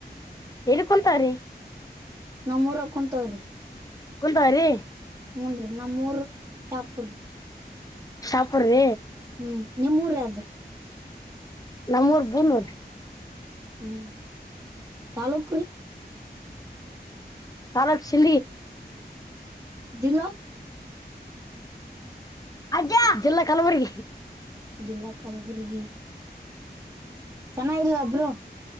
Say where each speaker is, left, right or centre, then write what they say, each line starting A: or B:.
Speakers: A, on the left; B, on the right.
A: ಎಳ್ಕೊಂತಾರೀ
B: ನಮ್ಮ ರಕ ತೋ ರರಿ
A: ಕುಂತ ರೀ
B: ಹೂ ರಿ ನಮ್ಮೂರ್ ಶಾಪುರ್ದ
A: ಶ ಪೂರಿ
B: ಹ್ಮ್ ನಿಮ್ಮೂರು ಯಾವುದ್ರಿ
A: ನಮ್ಮೂರ್ <inaudible>
B: ಹ್ಮ್ ತಾಲೂಕರಿ
A: ತಾರಕ್ ಸಿ
B: ಜಿಲ್ಲ
A: ಅ ಜಿಲ್ಲಾ ಕಲಬುರ್ಗಿ
B: ಜಿಲ್ಲಾ ಕಲಬುರ್ಗಿ ಚೆನ್ನಾಗಿಲ್ ಬ್ರೋ